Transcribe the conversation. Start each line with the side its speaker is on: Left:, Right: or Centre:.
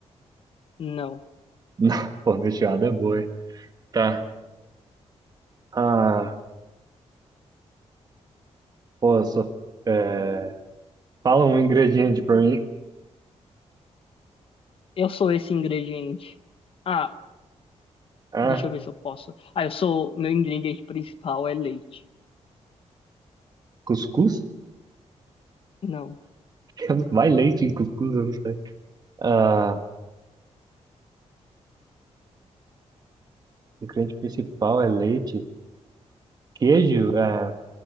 Left: Não.
Right: <laughs> Não, Pô, feijoada é boa, hein? Tá. Ah, pô, eu sou... é, Fala um ingrediente pra mim.
Left: Eu sou esse ingrediente. Ah,
Right: Ah,
Left: deixa eu ver se eu posso. Ah, eu sou. Meu ingrediente principal é leite.
Right: cuscuz?
Left: Não.
Right: <laughs> Eu não- Vai leite em cuscuz, eu não sei. Ah, o ingrediente principal é leite. Queijo? É...